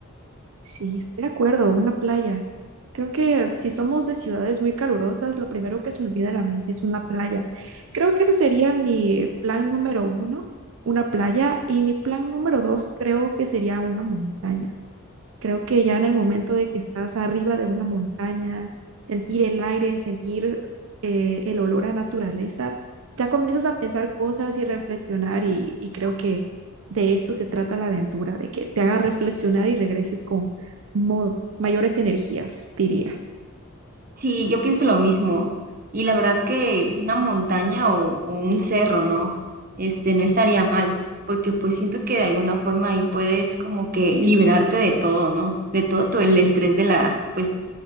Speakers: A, on the right; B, on the right.
A: Sí, estoy de acuerdo, una playa. Creo que si somos de ciudades muy calurosas, lo primero que se nos viene a la mente es una playa. Creo que ese sería mi plan número uno, una playa, y mi plan número dos creo que sería una montaña. Creo que ya en el momento de que estás arriba de una montaña, sentir el aire, sentir eh, el olor a naturaleza, ya comienzas a pensar cosas y reflexionar y, y creo que de eso se trata la aventura, de que te haga reflexionar y regreses con mo- mayores energías, diría.
B: Sí, yo pienso lo mismo. Y la verdad que una montaña o, o un cerro, ¿no? Este, no estaría mal, porque pues siento que de alguna forma ahí puedes como que liberarte de todo, ¿no? De todo, todo el estrés de la, pues,